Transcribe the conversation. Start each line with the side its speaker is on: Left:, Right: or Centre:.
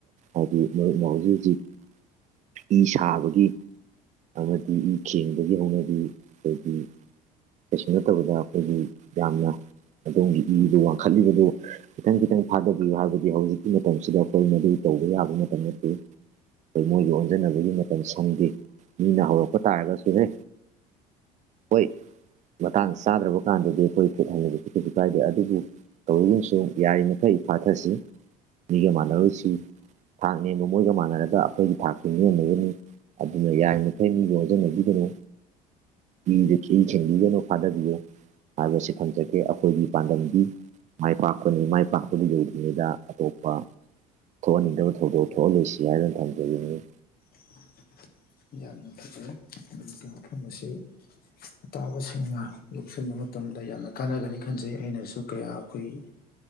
Right: ꯍꯥꯏꯗꯤ ꯃꯔꯨꯞ ꯍꯧꯖꯤꯛ ꯍꯧꯖꯤꯛ ꯐ ꯁꯥꯕꯒꯤ ꯑꯃꯗꯤ ꯏ ꯈꯦꯡꯕꯗꯒꯤ ꯍꯧꯅꯕꯤ ꯑꯩꯈꯣꯏꯒꯤ ꯀꯩꯁꯨ ꯅꯠꯇꯕꯗ ꯑꯩꯈꯣꯏꯒꯤ ꯌꯥꯝꯅ ꯑꯗꯣꯝꯒꯤ ꯏꯗꯨ ꯋꯥꯡꯈꯠꯂꯤꯕꯗꯨ ꯈꯤꯇꯪ ꯈꯤꯇꯪ ꯊꯥꯗꯕꯤꯌꯨ ꯍꯥꯏꯕꯗꯤ ꯍꯧꯖꯤꯛꯀꯤ ꯃꯇꯝꯁꯤꯗ ꯑꯩꯈꯣꯏ ꯃꯗꯨ ꯇꯧꯕ ꯌꯥꯕ ꯃꯇꯝ ꯅꯠꯇꯦ ꯑꯩꯈꯣꯏ ꯃꯣꯏꯒꯤ ꯑꯣꯟꯖꯕꯒꯤ ꯃꯇꯝ ꯁꯪꯗꯦ ꯃꯤꯅ ꯍꯧꯔꯛꯄ ꯇꯥꯔꯒꯁꯨꯍꯦ ꯍꯣꯏ ꯃꯇꯥꯡ ꯆꯥꯗ꯭ꯔꯕ ꯀꯥꯟꯗꯗꯤ ꯑꯩꯈꯣꯏ ꯈꯨꯠ ꯍꯟꯟꯅꯗꯤꯁꯨꯁꯨꯁꯨ ꯀꯥꯏꯗꯦ ꯑꯗꯨꯕꯨ ꯇꯧꯔꯤꯁꯨ ꯌꯥꯔꯤꯃꯊꯩ ꯐꯥꯊꯁꯤ ꯃꯤꯒ ꯃꯥꯟꯅꯔꯨꯁꯤ ꯊꯥꯛ ꯅꯦꯝꯕ ꯃꯣꯏꯒ ꯃꯥꯟꯅꯔꯒ ꯑꯩꯈꯣꯏꯒꯤ ꯊꯥꯛꯁꯤ ꯅꯦꯝꯅꯒꯅꯤ ꯑꯗꯨꯅ ꯌꯥꯔꯤꯃꯈꯩ ꯃꯤꯕꯨ ꯑꯣꯟꯖꯟꯅꯕꯤꯒꯅꯨ ꯍꯗꯤ ꯆꯤ ꯆ ꯍꯗꯤꯅꯣ ꯐꯥꯗꯔꯕꯤ ꯍꯥꯏꯕꯁꯤ ꯊꯝꯖꯒꯦ ꯑꯩꯈꯣꯏꯒꯤ ꯄꯥꯟꯗꯝꯗꯤ ꯃꯥꯏ ꯄꯥꯛ ꯃꯥꯏ ꯄꯥꯛꯄꯗꯨ ꯌꯧꯗ꯭ꯔꯤꯉꯩꯗ ꯑꯇꯣꯞꯄ ꯊꯣꯛꯍꯟꯅꯤꯡꯗꯕ ꯊꯧꯗꯣꯛ ꯊꯣꯛꯍꯜꯂꯣꯏꯁꯤ ꯍꯥꯏꯗꯨꯅ ꯊꯝꯖꯅꯤꯡꯅꯤ
Left: <inaudible> ꯌꯥꯝꯅ ꯐꯖꯩ ꯑꯗꯨꯒ ꯃꯐꯝ ꯑꯁꯤ ꯑꯇꯥꯕꯁꯤꯡꯅ ꯂꯧꯁꯤꯟꯕ ꯃꯇꯝꯗ ꯗ ꯌꯥꯝꯅ ꯀꯥꯟꯅꯒꯅꯤ ꯈꯟꯖꯩ ꯑꯩꯅꯁꯨ ꯀꯌꯥ ꯑꯩꯈꯣꯏ